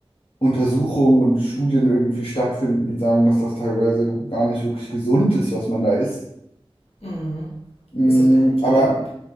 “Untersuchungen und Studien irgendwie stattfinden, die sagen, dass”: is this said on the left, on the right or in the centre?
Left